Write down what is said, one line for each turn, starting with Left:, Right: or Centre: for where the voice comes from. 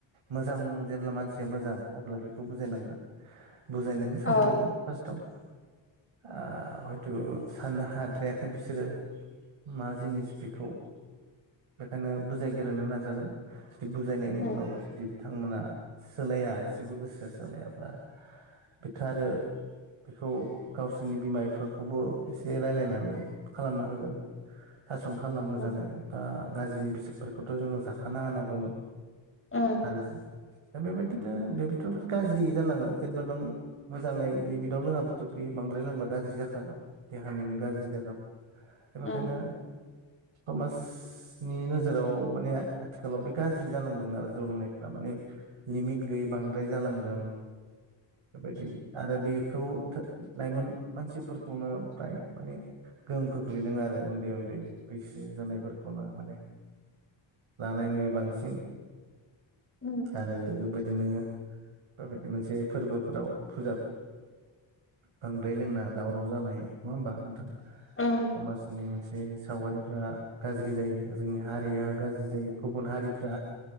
Right: मोजां जेब्ला मानसिया मोजां अब्ला बेखौ बुजायनांगोन । बुजायनोनो सानग्रोगोन
Left: औ
Right: फार्स्टआव आ हयथ' साननो हाद्रायाखै बिसोरो मा जिनिस बेखौ खायनो बुजायग्रोनो नाजागोन जुदि बुजायनायनि
Left: उम
Right: उनावबो जुदि बिथांमोना सोलाया एसेबो गोसोआ सोलायाब्ला बिखो आरो बेखौ गावसोरनि बिमा बिफाखौबो एसे रायलायनानै खालामना होगोन सासन खालाम मोजाङै
Left: उम
Right: बा गाज्रि बेसादफोरखौथ' जोङो जाखाना होनना बुङो
Left: उम
Right: आरो जो दा बेबायदिनो बेबोथ' गाज्रि जालाङो जेनेबा नों मोजाङै लिमिटव लोङाबाथ' बे बे बांद्राय लोंबा गाज्रि जाखागोन देहानिनो गाज्रि जागोन दा बेखायनो
Left: उम
Right: समाज नि नोजोराव माने आथिखालाव बे गाज्रि जालांदों आरो जौ लोंनायफ्रा माने लिमिट गैयै बांद्राय जालांदों बेबायदि आरो बेखौ लाइमोन मानसिफोरखौनो फ्राय माने गोहोम खोख्लैदों आरो उन्दै उन्दै बैसो जानायफोरखौनो माने लानाय नुयो बांसिन
Left: उम
Right: आरो बेबाय दिनो बेबायदि मोनसे फोरबोफोराव फुजा बांद्राय लोंना दावराव जानाय नङा होमबा नोंथां
Left: उम
Right: समाजनि मोनसे सावगारिफ्रा गाज्रि जायो। जोंनि हारिया गाज्रि जायो गुबुन हारिफ्रा